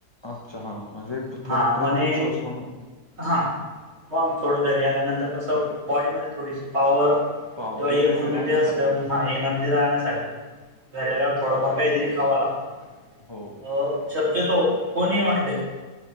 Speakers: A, on the left; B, on the right.
A: अच्छा हा म्हणजे थोडं
B: हा म्हणे
A: प्रोटीन सोर्स म्हणून.
B: हा आम थोडं घरी आल्यानंतर कसं बॉडीमध्ये थोडीशी पॉवर.
A: पॉवर
B: तय
A: एनर्जी
B: म्हनट
A: राहण्यासाठी
B: अस. हा एनर्जी राहण्यासाठी घराला थोडंफार काहीतरी खावं लागतं.
A: हो.
B: अ शक्यतो कोणी म्हटले,